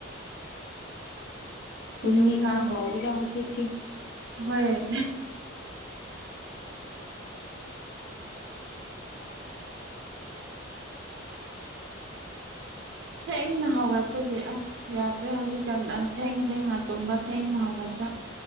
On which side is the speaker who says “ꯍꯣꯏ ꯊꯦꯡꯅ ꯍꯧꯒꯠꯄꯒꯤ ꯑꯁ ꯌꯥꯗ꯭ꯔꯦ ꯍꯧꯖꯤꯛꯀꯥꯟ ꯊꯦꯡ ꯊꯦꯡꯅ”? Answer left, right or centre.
Right